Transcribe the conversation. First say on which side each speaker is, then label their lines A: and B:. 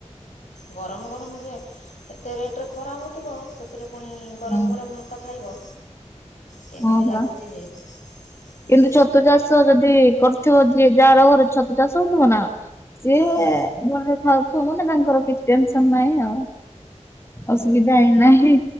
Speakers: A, on the left; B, on the left.
A: ଗରମ ଗରମ ଯେ ଏତେ ରେଟ ରେ ଖରା ହଉଥିବ ସେଥିରେ ପୁଣି ଗରମ
B: ହୁଁ
A: ଗରମ ଭାତ ଖାଇବ କେମିତି
B: ହଁ ପରା।
A: ଲାଗୁଚି ଯେ ହୁଁ
B: କିନ୍ତୁ ଛତୁ ଚାଷ ଯଦି କରୁଥିବ ଯିଏ ଯାହାର ଘରେ ଛତୁ ଚାଷ ହଉଥିବ ନା ସିଏ
A: ହୁଁ
B: ଭଲରେ ଖାଉଥିବ ନା ତାଙ୍କର କିଛି ଟେନସନ ନାହିଁ ଆଉ। ଅସୁବିଧା ହି ନାହିଁ।